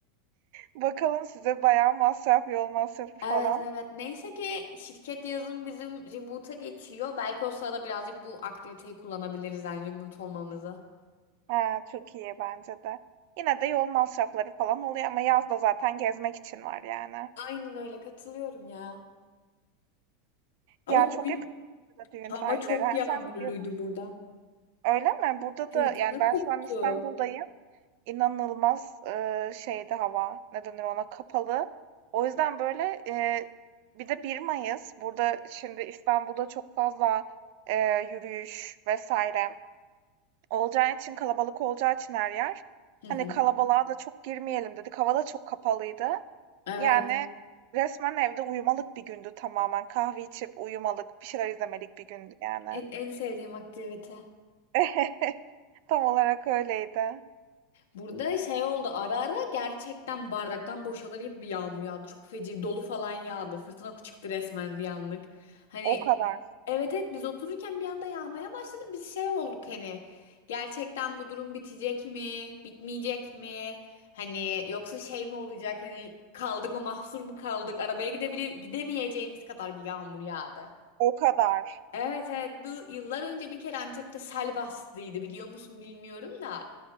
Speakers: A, on the right (about 65°); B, on the left (about 85°).
A: Bakalım size bayağı masraf, yol masrafı
B: Evet
A: falan.
B: evet. Neyse ki şirket yazın bizim remote'a geçiyor. Belki o sırada birazcık bu aktiviteyi kullanabiliriz yani remote olmamızı.
A: Ha, çok iyi bence de. Yine de yol masrafları falan oluyor ama yaz da zaten gezmek için var yani.
B: Aynen öyle katılıyorum ya. Ama
A: Ya çok
B: bugün
A: yakın burada düğün
B: hava
A: tarihleri.
B: çok
A: Ha,
B: yağmurluydu
A: sen ne diyordun?
B: burada.
A: Öyle mi? Burada
B: Fırtına
A: da yani ben
B: koptu.
A: şu an İstanbul'dayım. inanılmaz eee, şeydi hava, ne denir ona, kapalı. O yüzden, böyle, eee, bir de bir Mayıs, burada şimdi İstanbul'da çok fazla, eee, yürüyüş vesaire olacağı için, kalabalık olacağı için her yer,
B: Hı hı.
A: hani, kalabalığa da çok girmeyelim dedik. Hava da çok kapalıydı.
B: Evet.
A: Yani resmen evde uyumalık bir gündü tamamen. Kahve içip uyumalık, bir şeyler izlemelik bir gündü yani.
B: En, en sevdiğim aktivite.
A: <laughs> Tam olarak öyleydi.
B: Burada şey oldu ara ara gerçekten bardaktan boşalır gibi bir yağmur yağdı. Çok feci dolu falan yağdı. Fırtına çıktı resmen bir anlık. Hani
A: O kadar,
B: evet evet biz otururken bir anda yağmaya başladı. Biz şey olduk hani gerçekten bu durum bitecek mi? Bitmeyecek mi? Hani yoksa şey mi olacak? Hani kaldık mı mahsur mu kaldık? Arabaya gidebile gidemeyeceğimiz kadar bir yağmur yağdı.
A: o kadar.
B: Evet evet bu yıllar önce bir kere Antep'te sel bastıydı biliyor musun bilmiyorum da.